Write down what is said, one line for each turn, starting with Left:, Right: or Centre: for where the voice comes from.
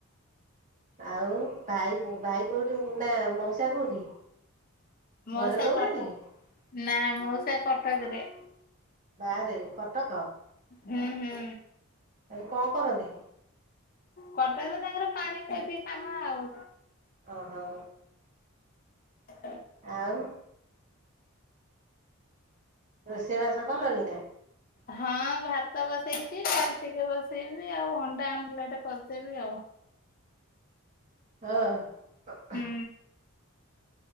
Right: ଆଉ ଭାଇ ଭାଇ କୋଉଠି ନା ମଉସା କୋଉଠି?
Left: ମଉସା
Right: ଘରେ ରହୁନାହାନ୍ତି
Left: କଟକ
Right: କି?
Left: ନା ମଉସା କଟକରେ।
Right: ବାହାରେ କଟକ।
Left: ହୁଁ ହୁଁ।
Right: ଆରେ କଣ କରନ୍ତି?
Left: କରଟକରେ ତାଙ୍କର ପାଣି ସେତି କାମ ଆଉ।
Right: ଓହୋ।
Left: <inaudible>
Right: ଆଉ ରୋଷେଇବାସ କଲଣିନା?
Left: ହଁ ଭାତ ବସେଇଛି ଡ଼ାଲି ଟିକେ ବସେଇବି ଆଉ ଅଣ୍ଡା ଆମ୍ଲେଟ୍ କରିଦେବି ଆଉ।
Right: ହଁ।
Left: ହୁଁ।